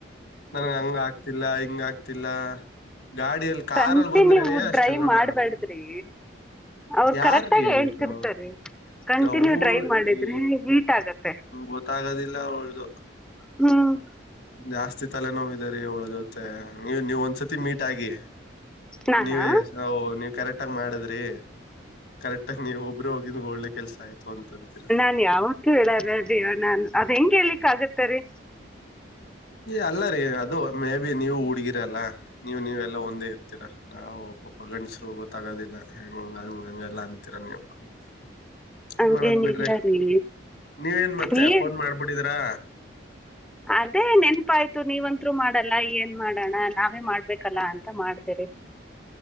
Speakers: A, on the left; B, in the centre.
A: ನನ್ಗೆ ಹಂಗ ಆಗ್ತಿಲ್ಲ ಹಿಂಗ ಆಗ್ತಿಲ್ಲ ಗಾಡಿಯಲ್ಲಿ ಕಾರಲ್ಲಿ
B: ಕಂಟಿ
A: ಬಂದ್ರೇನೆ
B: ನೀವು
A: ಅಷ್ಟೆಲ್ಲಾ
B: ಡ್ರೈವ್ ಮಾಡ್ಬ್ಯಾಡ್ದ್ರಿ
A: ಮಾಡ್ತಾರೆ
B: ಅವರು
A: ಯಾರ್ರೀ
B: ಕರೆಕ್ಟ್ಗ
A: ಹೇಳಿದ್ದು
B: ಹೇಳ್ತಿರ್ತಾರೆ ಕಂಟಿನ್ಯೂ
A: ಅವ್ರ್
B: ಡ್ರೈ ಮಾಡಿದ್ರೆ
A: ಈ
B: ಹೀಟ್ ಆಗತ್ತೆ
A: ಗೊತ್ತಾಗೋದಿಲ್ಲ ಒಳ್ಳದು
B: ಹ್ಮ್
A: ಜಾಸ್ತಿ ತಲೆ ನೋ್ಿದ ರೀ ಅವಳ ಜೊತೆ ನೀವ್ ನೀವ್ ಒಂದ್ಸತಿ ಮೀಟ್ ಆಗಿ
B: ನಾನಾ
A: ನೀವ ನೀ ಕರೆಕ್ಟ್ ಆಗಿ ಮಾಡದ್ರಿ ಕರೆಕ್ಟ್ ಆಗಿ ನೀವು ಒಬ್ಬರು ಹೋಗಿದ ಒಳ್ಳೆ ಕೆಲ್ಸ ಆಯ್ತು ಅಂತ ಅಂತಿದ್ರು
B: ನಾನ್ ಯಾವತ್ತು ಹೇಳಾರ ದವನ ನಾನ್ ಅದ ಹೆಂಗ ಹೇಳಿಲಿಕ್ಕೆ ಆಗತ್ತರಿ
A: ಅಲ್ಲ ರೀ ಅದು ಮೇ ಬಿ ನೀವು ಹುಡ್ಗಿರಲ್ಲಾ ನೀವ್ ನೀವೆಲ್ಲ ಒಂದೇ ಇರ್ತೀರಾ ನಾವು ಒಬ್ಬ ಗಂಡಸು ಗೊತ್ತಾಗೋದಿಲ್ಲ ಹೆಂಗ ಹಂಗ ಹಂಗ ಎಲ್ಲಾ ಅಂತೀರ ನೀವು ಏನ್
B: ಹಂಗೇನಿಲ್ಲ
A: ಮಾಡದ್ ಬಿಡ್ರಿ
B: ರೀ
A: ನೀವೇನ್ ಮತ್ತೆ
B: ನೀರ್
A: ಫೋನ್ ಮಾಡಬಿಟಿದಿರಾ
B: ಅದೇ ನೆನ್ಪಾಯ್ತು ನೀವಂತು ಮಾಡಲ್ಲ ಏನ್ ಮಾಡಣ ನಾವೇ ಮಾಡ್ಬೇಕಲ್ಲ ಅಂತ ಮಾಡ್ದೇರಿ